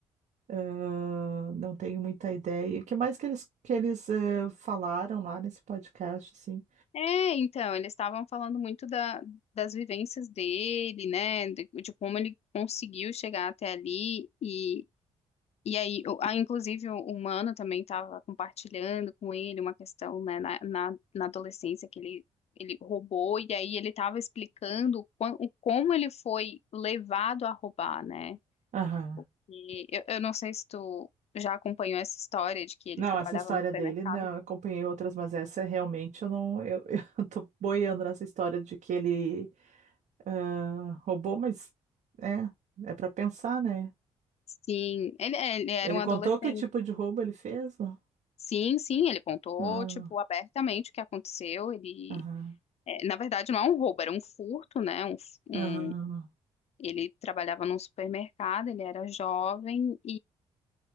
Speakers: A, on the right (about 65°); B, on the left (about 50°).
A: Ah, não tenho muita ideia. O que mais que eles, que eles eh, falaram lá nesse podcast, assim?
B: É, então, eles estavam falando muito da, das vivências dele, né, de, de como ele conseguiu chegar até ali, e, e aí, o- ah, inclusive, o humano também estava compartilhando com ele uma questão, né, na, na, na adolescência que ele, ele roubou, e aí ele estava explicando o, quan- o como ele foi levado a roubar, né,
A: Aham.
B: e eu, eu não sei se tu já acompanhou essa história de que ele
A: Não,
B: trabalhava
A: essa história
B: no supermercado
A: dele, não, eu acompanhei outras, mas essa é realmente eu não, eu, <laughs> eu tô boiando nessa história de que ele ah, roubou, mas é, é para pensar, né?
B: Sim, ele, é, ele era
A: Ele
B: um adolescente.
A: contou que tipo de roubo ele fez? não?
B: Sim, sim, ele contou,
A: Ah,
B: tipo, abertamente o que aconteceu. Ele,
A: Aham,
B: é, na verdade, não é um roubo, era um furto, né? Um, f- um-
A: aham,
B: ele trabalhava num supermercado, ele era jovem